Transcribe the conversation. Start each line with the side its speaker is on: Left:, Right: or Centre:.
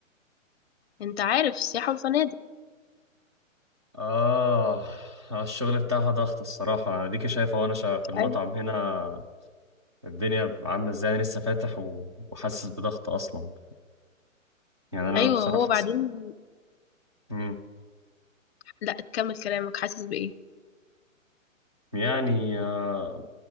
Left: انت عارف السياحه والفنادق
Right: آه آه، الشغل بتاعها ضغط الصراحة أنا ديكي شايفة وأنا شا- في المطعم
Left: ايوه
Right: هنا الدنيا عاملة ازاي أنا لسه فاتح و- وحاسس بضغط أصلا يعني أنا
Left: ايوه
Right: بصراحة
Left: هو
Right: حاسس
Left: بعدين
Right: مم.
Left: لا كمل كلامك حاسس بايه
Right: يعني آه،